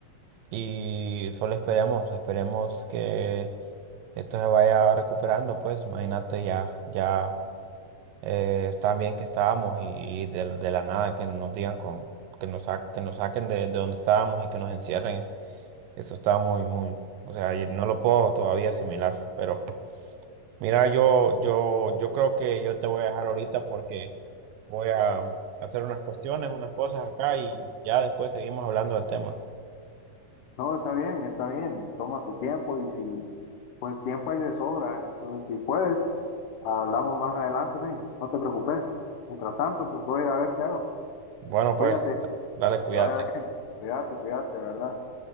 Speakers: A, on the right; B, on the left.
A: y solo esperemos, esperemos que esto se vaya recuperando. Pues, imagínate ya, ya eh, tan bien que estábamos y, y de, de la nada que nos digan con, que nos, sa- que nos saquen de, de donde estábamos y que nos encierren. Eso está muy, muy, o sea, y no lo puedo todavía asimilar, pero Mira, yo, yo, yo creo que yo te voy a dejar ahorita porque voy a hacer unas cuestiones, unas cosas acá y ya después seguimos hablando del tema.
B: No, está bien, está bien. Toma tu tiempo y si, pues tiempo hay de sobra. Entonces, si puedes, hablamos más adelante, men. No te preocupes. Mientras tanto, pues voy a ir a ver qué hago.
A: Bueno,
B: Cuídate,
A: pues, dale,
B: te
A: cuídate.
B: vaya bien, cuídate, cuídate, de ¿verdad?